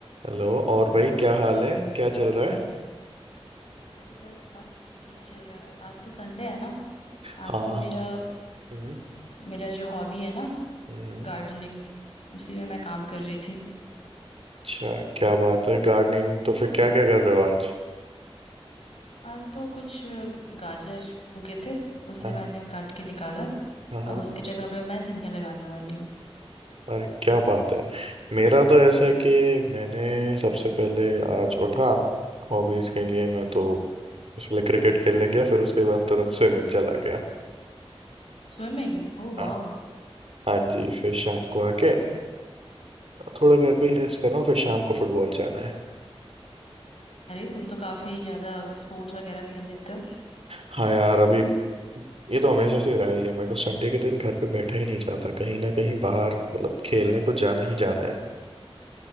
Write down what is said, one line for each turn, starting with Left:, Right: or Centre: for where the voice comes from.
Right: Hello और भाई क्या हाल है क्या चल रहा है
Left: अरे बस मस्त ठीक चल रहा है आज तो संडे है ना
Right: हाँ
Left: आज तो मेरा
Right: हम्म
Left: मेरा जो हॉबी है ना
Right: हम्म,
Left: गार्डनिंग उसी में मैं काम कर रही थी
Right: अच्छा क्या बात है गार्डनिंग तो फिर क्या क्या कर रहे हो आज
Left: आज तो कुछ अ, गाजर उगे थे उसे
Right: हाँ
Left: मैंने काट के निकाला
Right: हाँ हाँ
Left: अब उसकी जगह पे मैं धनिया लगाने वाली हूँ
Right: अरे क्या बात है मेरा तो ऐसा है कि मैंने सबसे पहले आज उठा हॉबीज के लिए मैं तो उसके लिए क्रिकेट खेलने गया फिर उसके बाद तुरंत स्विमिंग चला गया
Left: स्विमिंग ओ
Right: हाँ
Left: वाह
Right: हाँ जी फिर शाम को आके थोड़ा घर पे ही रेस्ट कर रहा हूँ फिर शाम को फुटबॉल जाना है
Left: अरे तुम तो काफी ज्यादा स्पोर्ट्स वगैरह खेल लेते हो
Right: हाँ यार अभी ये तो हमेशा से रहा ही है मेरे को संडे के दिन घर पे बैठा ही नहीं जाता कहीं ना कहीं बाहर मतलब खेलने को जाना ही जाना है